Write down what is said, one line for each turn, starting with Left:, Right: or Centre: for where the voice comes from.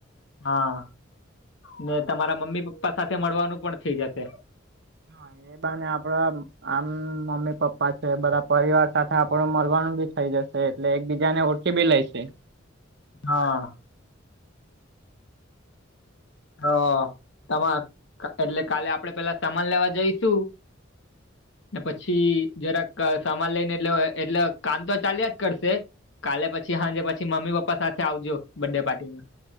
Left: હા, ને તમારા મમ્મી પપ્પા સાથે મળવાનું પણ થઇ જશે.
Right: હા એ બા ને આપડા આમ મમ્મી પપ્પા છે. બધા પરિવાર સાથે આપણું મલવાનું બી થઇ જશે એટલે એકબીજા ને કે બી લઈ છે.
Left: હહહ. તો તમા એટલે કાલે આપડે પેલા સમાન લેવા જઈશું. ને પછી જરાક સામાન લઈને એટલે એટલે કામ તો ચાલ્યા જ કરશે. કાલે પછી હાંજે પછી મમ્મી પપ્પા સાથે આવજો બડે ડે પાટીમાં.